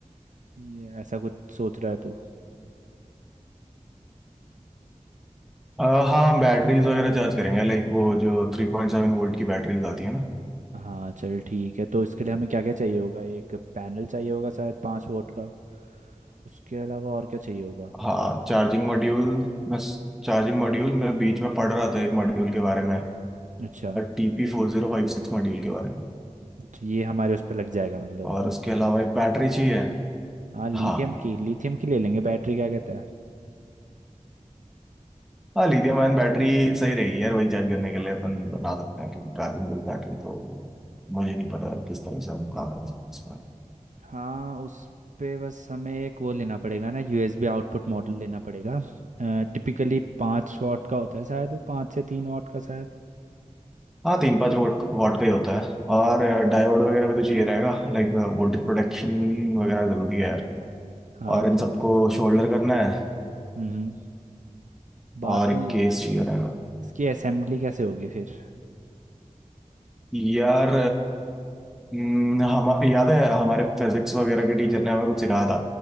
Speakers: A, on the right; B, in the centre.
A: ये ऐसा कुछ सोच रहा है तू
B: अ, हाँ हम बैटरीज वगैरह चार्ज करेंगे लाइक वो जो थ्री पॉइंट सेवन वोल्ट की बैटरीज आती है ना
A: हाँ चल ठीक है तो इसके लिए हमें क्या क्या चाहिए होगा एक पैनल चाहिए होगा शायद पाँच वोट का उसके अलावा और क्या चाहिए होगा
B: हाँ चार्जिंग मॉड्यूल मैं चार्जिंग मॉड्यूल मैं बीच में पढ़ रहा था एक मॉड्यूल के बारे में
A: अच्छा
B: टी पी फोर जीरो फाइव सिक्स मॉड्यूल के बारे में
A: अच्छा ये हमारे उस पर लग जाएगा मतलब
B: और उसके अलावा एक बैटरी चाहिए
A: हाँ लिथियम
B: हाँ
A: की लिथियम की ले लेंगे बैटरी क्या कहता है
B: हाँ लिथियम आयन बैटरी सही रहेगी यार वही चार्ज करने के लिए अपन बना सकते हैं क्योंकि कार्बन टू बैटरी तो मुझे नहीं पता किस तरह से हम काम कर सकते हैं उसमें
A: हाँ उस पे बस हमें एक वो लेना पड़ेगा ना यूएसबी आउटपुट मॉडल लेना पड़ेगा टिपिकली पाँच वाट का होता है शायद वो पाँच से तीन वाट का शायद
B: हाँ तीन पाँच वोट वोट का ही होता है और डायोड वगैरह भी तो चाहिए रहेगा लाइक वोल्टेज प्रोटेक्शन वगैरह जरूरी है यार
A: हाँ
B: और इन
A: चल
B: सबको शोल्डर करना है
A: हम्म बाकी
B: और एक केस चाहिए रहेगा
A: इसकी असेंबली कैसे होगी फिर
B: यार हम्म, हम याद है हमारे फिजिक्स वगैरह के टीचर ने हमें कुछ सिखाया था